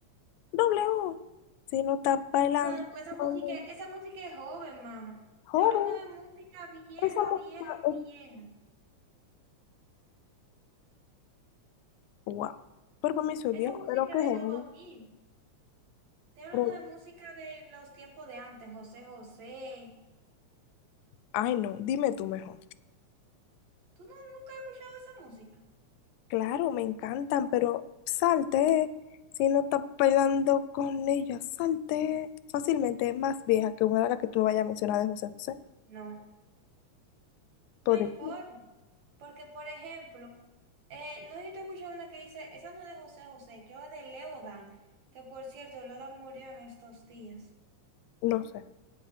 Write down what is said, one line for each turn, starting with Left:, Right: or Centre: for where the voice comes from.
Left: doble O. Si no estás bailando,
Right: No, no, porque esa
Left: cuando-
Right: música, esa música es joven, mamá. Estoy
Left: joro.
Right: hablando de música vieja,
Left: Esa música
Right: vieja, vieja.
Left: es... Wow. Pero para mí soy
Right: Esa
Left: viejo,
Right: música
Left: pero qué
Right: de
Left: género.
Right: los dos mil. Estoy hablando
Left: Pero-
Right: de música de los tiempos de antes, José José.
Left: Ay, no, dime tú mejor.
Right: ¿Tú no, nunca has escuchado esa música?
Left: Claro, me encantan, pero salte. Si no estás bailando con ella, salte. Fácilmente es más vieja que una de las que tú me vayas a mencionar de José José.
Right: No. No
Left: Todavía,
Right: hay forma. Porque, por ejemplo, eh, no sé si tú una que dice, esa no es de José José, creo que es de Leodan, que por cierto, Leodan murió en estos días.
Left: no sé.